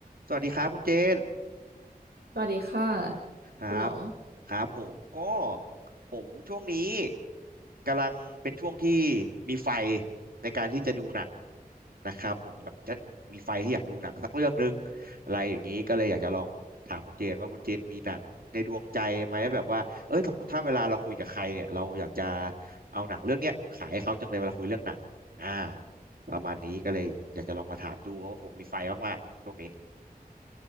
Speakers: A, on the right; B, on the right.
A: สวัสดีครับคุณเจน
B: สวัสดีค่ะ
A: ครับ
B: คุณหนอง
A: ครับผมก็ผมช่วงนี้กำลังเป็นช่วงที่มีไฟในการที่จะดูหนังนะครับผมแบบจะมีไฟที่อยากดูหนังสักเรื่องหนึ่งอะไรอย่างนี้ก็เลยอยากจะลองถามคุณเจนว่าคุณเจนมีหนังในดวงใจไหมแบบว่าเอ้ยสมมติถ้าเวลาเราคุยกับใครเนี่ยเราอยากจะเอาหนังเรื่องเนี้ยขายให้เขาจังเลยเวลาคุยเรื่องหนังอ่าประมาณนี้ก็เลยอยากจะลองมาถามดูเพราะว่าผมมีไฟมากๆช่วงนี้